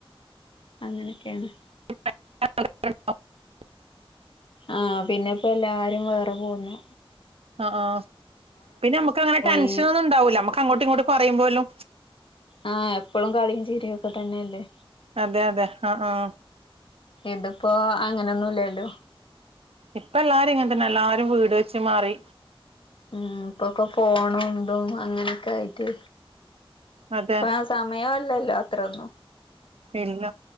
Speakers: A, on the left; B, on the right.
A: അങ്ങനെ ഒക്കെ ആണ്
B: <unintelligible>
A: ആ പിന്നെ ഇപ്പൊ എല്ലാരും വേറെ പോണു
B: ആ ആ പിന്നെ നമുക്ക് അങ്ങനെ ടെൻഷൻ
A: ഈ
B: ഒന്നും ഉണ്ടാവൂല, നമ്മൾക്ക് അങ്ങോട്ടും ഇങ്ങോട്ടും പറയുവാലോ
A: ആ എപ്പോഴും കളിയും ചിരിക്കും അതൊക്ക തന്നെ അല്ലേ
B: അതെ അതെ ആഹ് ആഹ്
A: ഇതുഇപ്പൊ അങ്ങനെ ഒന്നും ഇല്ലല്ലോ
B: ഇപ്പോൾ എല്ലാവരും ഇങ്ങനെ തന്നെ ആ എല്ലാവരും വീട് വച്ച് മാറി
A: മ് ഇപ്പൊ ഒക്കെ ഫോണും ഇതും അങ്ങനെ ഒക്കെ ആയിട്ട്
B: അതെ
A: ഇപ്പൊ ആ സമയം അല്ലല്ലോ തീർന്നു
B: ഇല്ല,